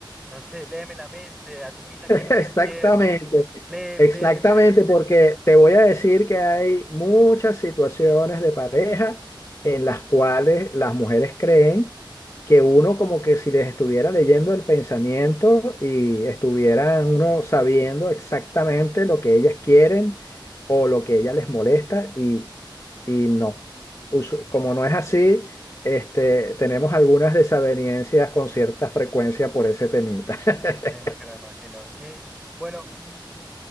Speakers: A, in the centre; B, on the left.
A: no sé, léeme la mente, adivina qué es lo
B: Exactamente,
A: que quiero, léeme,
B: exactamente,
A: léeme.
B: porque te voy a decir que hay muchas situaciones de pareja en las cuales las mujeres creen que uno como que si les estuviera leyendo el pensamiento y estuvieran uno sabiendo exactamente lo que ellas quieren o lo que ellas les molesta y y no. Usu- Como no es así, este, tenemos algunas desavenencias con cierta frecuencia por ese temita.
A: Me imagino,
B: <laughs>
A: me imagino. Y bueno, mm,